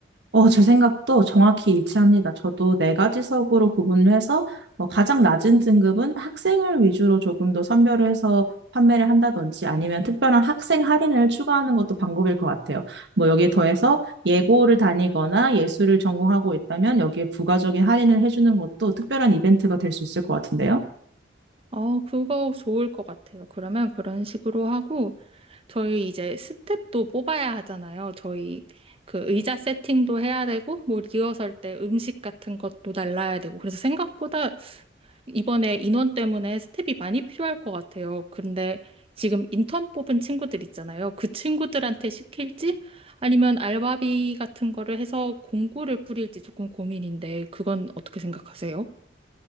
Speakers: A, on the right (about 70°); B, on the right (about 30°).
A: 어, 제 생각도 정확히 일치합니다. 저도 네 가지석으로 구분을 해서 어, 가장 낮은 등급은 학생을 위주로 조금 더 선별을 해서 판매를 한다든지 아니면 특별한 학생 할인을 추가하는 것도 방법일 것 같아요. 뭐 여기에 더해서 예고를 다니거나 예술을 전공하고 있다면 여기에 부가적인 할인을 해주는 것도 특별한 이벤트가 될 수 있을 것 같은데요.
B: 어, 그거 좋을 것 같아요. 그러면 그런 식으로 하고 저희 이제 스텝도 뽑아야 하잖아요. 저희 그 의자 세팅도 해야 되고, 뭐 리허설 때 음식 같은 것도 날라야 되고. 그래서 생각보다 이번에 인원 때문에 스텝이 많이 필요할 것 같아요. 근데 지금 인턴 뽑은 친구들 있잖아요. 그 친구들한테 시킬지 아니면 알바비 같은 거를 해서 공고를 뿌릴지 조금 고민인데, 그건 어떻게 생각하세요?